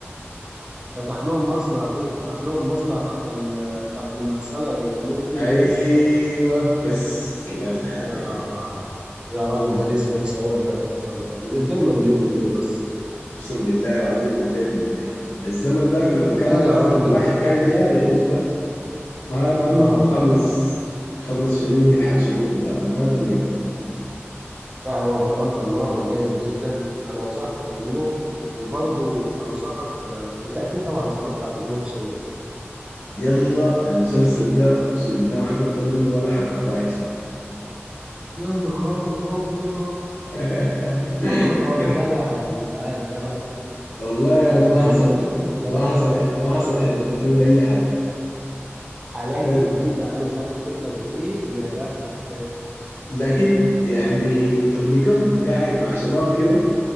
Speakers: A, on the right; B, on the left.
A: فتح لهم مصنع ايه فتح لهم مصنع تحت ال- تحت المغسلة يعملوا فيه
B: ايوه
A: الميس
B: بس الله يفتح
A: يا
B: عليك
A: را... يا راجل ده لسه في سواد هيحصل يا راجل ازاي مليت منه بس
B: اقسم بالله العظيم مليت منه يعني الزمن ذاك لما كان
A: لا
B: نازل
A: يا راجل
B: الواحد كان جاري عرفته ما ما ما
A: اه
B: مخلص يخلص شنو يلحق شنو بتاع فما تميت والله
A: لا هو بأمانة الله هو جامد جدا انا انصحك تكمله وبرضو انصحك آه... انت اكيد طبعا اتفرجت على جيم اوف ثرونز
B: يلا المسلسل ده اقسم بالله ما حضرت منه ولا حلقه رايك شنو
A: يا نهار ابيض
B: <laughs>
A: يا نهار دلع يا جدعان يا بختك
B: والله يا
A: بجد
B: ما حصل
A: من قلبي يا
B: ما
A: بخت
B: حصل ما حصل حضرت فيه اي حاجه
A: حلال
B: بس
A: من دي يعني انا مش عارف احلف لك بايه يا بختك
B: لكن يعني قبل كم قاعد مع شباب كده